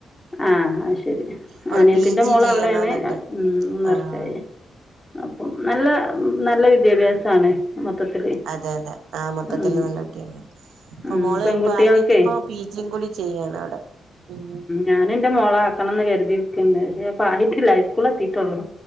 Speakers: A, on the left; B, on the right.
A: ആഹ് അയ്ശെരി
B: അവള്
A: അനിയത്തിന്റെ
B: പി ജി
A: മോളവിടെയാണ്
B: ചെയ്യണോന്നുണ്ട്
A: ഉം കെറച്ചായി
B: ആഹ്
A: അപ്പം നല്ല നല്ല വിദ്യാഭ്യാസാണ് മൊത്തത്തില്
B: അതെ അതെ ആഹ് മൊത്തത്തില്
A: ഉം
B: നല്ല വിദ്യാഭ്യാസ ഇപ്പൊ
A: ഉം
B: മോളിപ്പ
A: പെൺകുട്ടികൾക്കേ
B: അനിയത്തിപ്പൊ പിജിയും കൂടി ചെയ്യാണ് അവിട ഉം
A: ഞാനെന്റ മോളെ ആക്കണംന്ന് കരുതിയിരിക്കണ്ട് പ്പായിട്ടില്ല ഇസ്കൂൾ എത്തിട്ടുള്ളൂ